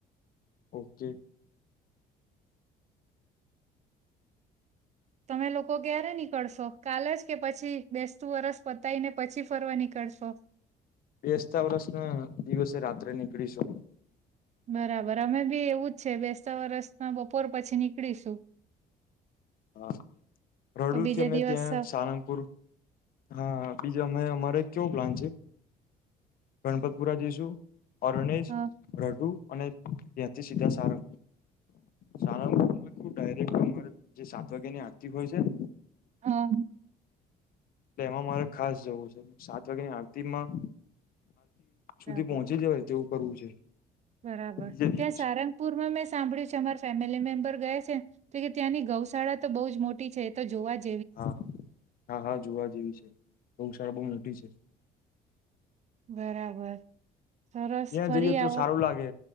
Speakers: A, on the left; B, on the right.
A: ઓકે
B: તમે લોકો ક્યારે નીકળશો કાલ જ કે પછી બેસતું વરસ પતાયને પછી ફરવા નીકળ નીકળશો
A: બેસતા વર્સના દિવસે રાત્રે નીકળી શું
B: બરાબર અમે બી એવું જ છે બેસતા વરસના બપોર પછી નીકળીશું
A: હા રડું
B: તો બીજે
A: છે. અમે
B: દિવસ
A: ત્યાં સહલંગપુર હા બીજું અમે અમારે કેવો પ્લાન છે. ગણપતપુરા જીસુ ઓરણેજ
B: હા
A: રઢુ. અને ત્યાંથી સીધા સારું. શ ડરેક ઉર જે સાત વાગ્યા ની આતી હોય છે.
B: હા.
A: એટલે એમાં મારે ખાસ જોવું છે સાત વાગ્યાની આરતીમાં.
B: બરાબર
A: સુધી પહોંચી જવાય તેવું કરવું છે.
B: બરાબર
A: બીજા દિવસ.
B: ત્યાં સારંગપુરમાં મેં સાંભળ્યું છે અમારી ફેમિલી મેમ્બર ગયા છે તો કે ત્યાંની ગૌશાળા તો બહ જ મોટી છે તો જોવા જ.
A: હા હા હા જોવા જેવી છે બહુ સાળા બહુ નઠ છે.
B: બરાબર સરસ
A: ત્યાં
B: ફરી
A: જઈએ તો
B: આવો
A: સારું લાગે